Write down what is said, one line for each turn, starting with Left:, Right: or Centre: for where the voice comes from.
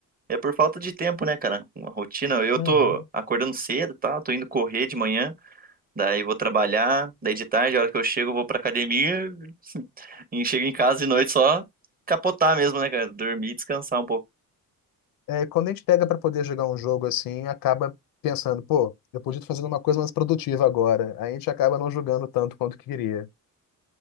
Right: é por falta de tempo, né, cara? Uma rotina. Eu
Left: Uhum.
Right: tô acordando cedo, tá? Tô indo correr de manhã. Daí vou trabalhar. Daí de tarde, a hora que eu chego, eu vou pra academia. <laughs> E chego em casa de noite só capotar mesmo, né, cara? Dormir e descansar um pouco.
Left: É, quando a gente pega para poder jogar um jogo assim, acaba pensando, pô, eu podia estar fazendo uma coisa mais produtiva agora. Aí a gente acaba não jogando tanto quanto queria.